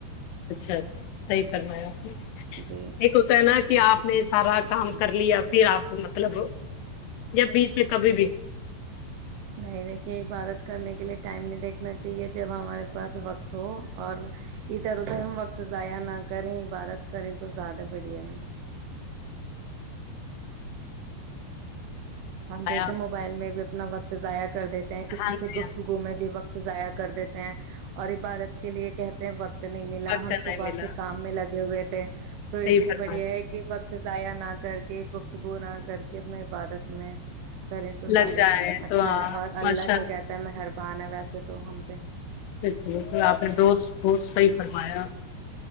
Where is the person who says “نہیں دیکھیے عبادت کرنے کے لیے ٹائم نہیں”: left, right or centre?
Right